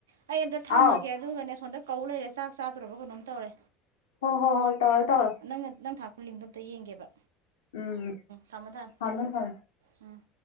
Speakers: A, on the right (about 70°); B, on the left (about 70°).
A: ꯑꯩ ꯑꯝꯇ ꯊꯝꯃꯒꯦ
B: ꯑꯥꯎ
A: ꯑꯗꯨꯒꯅꯦ ꯁꯣꯝꯗ ꯀꯧ ꯂꯩꯔꯦ ꯆꯥꯛ ꯆꯥꯗ꯭ꯔ‌ꯣꯕ ꯀꯩꯅꯣꯝ ꯇꯧꯔꯦ
B: ꯍꯣ ꯍꯣ ꯍꯣꯏ ꯇꯧꯔ‌ꯣ ꯇꯧꯔ‌ꯣ
A: ꯅꯪꯅ ꯅꯪ ꯊꯥꯛꯄ ꯂꯤꯡꯗꯣ ꯑꯝꯇ ꯌꯦꯡꯒꯦꯕ
B: ꯎꯝ
A: ꯊꯝꯃꯣ ꯊꯝ
B: ꯊꯝꯃꯦ ꯊꯝꯃꯦ
A: ꯎꯝ